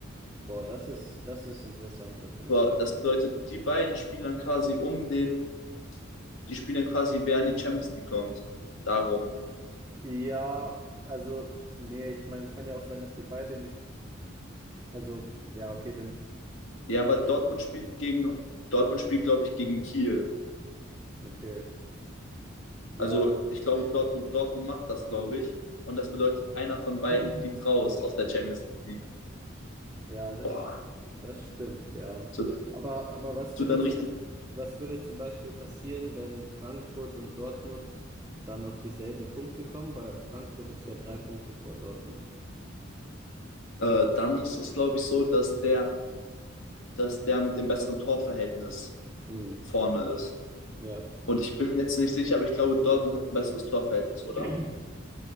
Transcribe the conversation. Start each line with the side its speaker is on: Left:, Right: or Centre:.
Right: boah, das ist, das ist interessant auf jeden
Left: Boah,
Right: Fall.
Left: das bedeutet, die beiden spielen dann quasi um den, die spielen dann quasi, wer in die Champions League kommt. Darum.
Right: Ja, also, nee, ich meine, es kann ja auch sein, dass die beide in die, also, ja, okay, wenn,
Left: Ja, aber Dortmund spielt gegen, Dortmund spielt, glaube ich, gegen Kiel.
Right: okay, ja,
Left: Also ich glaube, Dortmund, Dortmund macht das, glaube ich. Und das bedeutet, einer von beiden
Right: <clears throat>
Left: fliegt raus aus der Champions League.
Right: ja, das,
Left: Boah,
Right: sch- das stimmt, ja.
Left: so,
Right: Aber, aber was
Left: so
Right: würde
Left: dann
Right: zum,
Left: richtig.
Right: Be- was würde zum Beispiel passieren, wenn Frankfurt und Dortmund dann auf dieselben Punkte kommen? Weil Frankfurt ist ja drei Punkte vor Dortmund.
Left: Äh, dann ist es, glaube ich, so, dass der, dass der mit dem besseren Torverhältnis
Right: Mhm.
Left: vorne ist.
Right: Ja.
Left: Und ich bin mir jetzt nicht sicher, aber ich glaube, Dortmund hat ein besseres Torverhältnis, oder?
Right: <clears throat>